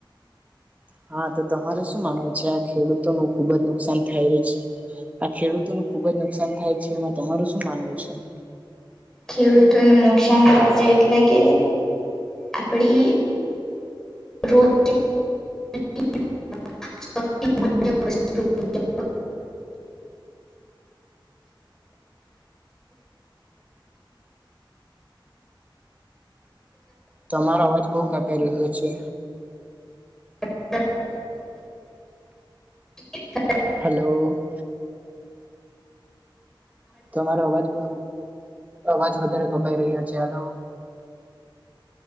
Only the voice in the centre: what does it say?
ખેડૂતોનું નુકસાન થાય છે એટલે કે આપડી રોટી. <unintelligible> <unintelligible>
<unintelligible> એક. <unintelligible>